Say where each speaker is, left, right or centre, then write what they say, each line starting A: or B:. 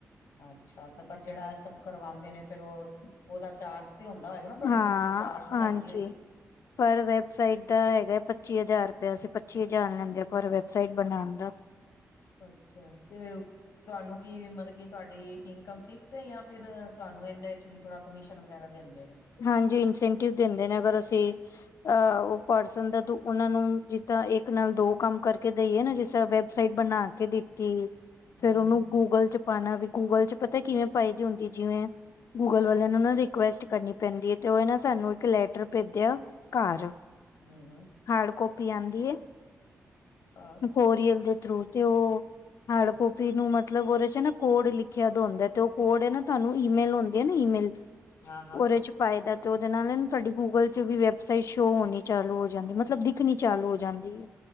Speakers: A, on the left; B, on the left.
A: ਅੱਛਾ, ਤੇ ਪਰ ਜੇਹੜਾ ਏ ਸਬ ਕਰਵਾਉਂਦੇ ਨੇ ਫਿਰ ਉਹ ਉਦਾ ਚਾਰਜ ਤੇ ਹੁੰਦਾ ਓਏਗਾ ਨਾ ਤੁਹਾਡੀ
B: ਹਾਂ
A: ਕੰਪਨੀ ਚਾਰਜ ਤੇ
B: ਹਾਂਜੀ
A: ਲੈਂਦੀ ਹੋਏਗੀ।
B: ਪਰ ਵੈਬਸਾਈਟ ਦਾ ਹੈਗਾ ਪੱਚੀ ਹਜ਼ਾਰ ਰੁਪਇਆ, ਅਸੀਂ ਪੱਚੀ ਹਜ਼ਾਰ ਲੈਂਦੇ ਹਾਂ ਪਰ ਵੈਬਸਾਈਟ ਬਣਾਣ ਦਾ।
A: ਅੱਛਾ, ਤੇ ਓ ਤੁਹਾਨੂੰ ਕੀ ਮਤਲਬ ਕੀ ਤੁਹਾਡੀ ਇਨਕਮ ਫਿਕਸ ਹੈ, ਜਾਂ ਫਿਰ ਤੁਹਾਨੂੰ ਇਹਨਾਂ ਚ ਵੀ ਥੋੜਾ ਕਮਿਸ਼ਨ ਵਗੈਰਾ ਦਿੰਦੇ ਨੇ?
B: ਹਾਂਜੀ, ਇਨਸੈਂਟਿਵ ਦਿੰਦੇ ਨੇ ਅਗਰ ਅਸੀਂ ਅਹ ਉਹ ਪਰਸਨ ਦਾ ਤ ਉਹਨਾਂ ਨੂੰ ਜਿੱਦਾਂ ਇੱਕ ਨਾਲ ਦੋ ਕੰਮ ਕਰਕੇ ਦੇਈਏ ਨਾ ਜਿਸ ਤਰ੍ਹਾਂ ਸਾਈਟ ਬਣਾ ਕੇ ਦਿੱਤੀ
A: ਹੂੰ
B: ਫੇਰ ਉਨੂੰ
A: ਹੂੰ
B: ਗੂਗਲ ਚ ਪਾਣਾ ਵੀ ਗੂਗਲ ਚ ਪਤਾ ਕਿਵੇਂ ਪਾਈ ਹੁੰਦੀ ਜਿਵੇਂ ਗੂਗਲ ਵਾਲਿਆਂ ਨਾ ਰਿਕੁਐਸਟ ਕਰਨੀ ਪੈਂਦੀ ਐ, ਤੇ ਉਹ ਏਨਾ ਸਾਨੂੰ ਇੱਕ ਲੈਟਰ ਭੇਜ ਇਆ, ਘਰ।
A: ਹੂੰ-ਹੂੰ।
B: ਹਾਡ ਕੱਪੀ ਆਉਂਦੀ ਹੈ,
A: ਹਾਂ।
B: ਕੋਰੀਅਲ ਦੇ ਥਰੂ ਤੇ ਉਹ ਹਾਰਡ ਕੋਪੀ ਨੂੰ ਮਤਲਬ ਉਹਦੇ ਨਾ ਕੋਡ ਲਿਖਿਆ ਹੁੰਦਾ ਤੇ, ਉਹ ਕੋਡ ਨਾ ਤੁਹਾਨੂੰ ਈਮੇਲ ਹੁੰਦੀ ਹੈ ਨਾ ਈਮੇਲ
A: ਹਾਂ ਹਾਂ
B: ਉਹਦੇ 'ਚ ਪਾਈਦਾ ਤੇ ਉਹਦੇ ਨਾਲ ਤੁਹਾਡੀ ਗੂਗਲ 'ਚ ਵੀ ਵੈਬਸਾਈਟ ਸ਼ੋਅ ਹੋਣੀ ਚਾਲੂ ਹੋ ਜਾਂਦੀ ਐ, ਮਤਲਬ ਦਿਖਣੀ ਚਾਲੂ ਹੋ ਜਾਂਦੀ ਐ।